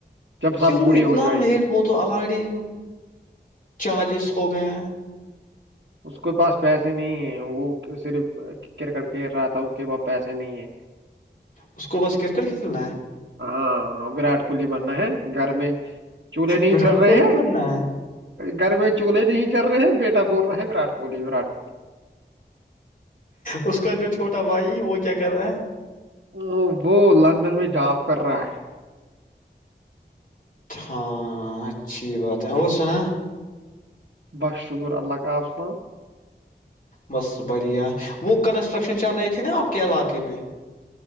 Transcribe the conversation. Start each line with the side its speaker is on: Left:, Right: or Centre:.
Right: جب سب
Left: کیوں
Right: بوڑھے
Left: اتنا
Right: ہو جائیں
Left: لیٹ
Right: گے
Left: وہ تو آہاڑی چالیس ہو گئے ہیں
Right: اس کے پاس پیسے نہیں ہے وہ صرف کرکٹ کھیل رہا تھا اس کے پاس پیسے نہیں ہے
Left: اس کو بس کرکٹ کھیلنا ہے
Right: ہاں ہاں وراٹ کوہلی ماننا ہے گھر میں چولہے نہیں
Left: وراٹ
Right: جر رہے
Left: کوہلی
Right: ہیں
Left: بننا ہے
Right: گھر میں چولہے نہیں جر رہے ہیں بیٹے بول رہے ہیں گرٹ کو کوہلی ووراٹ کوہلی
Left: اس کا جو چھوٹا بھائی وہ کیا کر رہا ہے
Right: ہ وہ لندن میں جاب کر رہا ہے
Left: ہاں اچھی بات ہے اور سنا
Right: بس شکر اللہ کاالیسلان
Left: بس بڑھیا وہ کنسٹرکشن چل رہی تھی نا آپ کے علاقے میں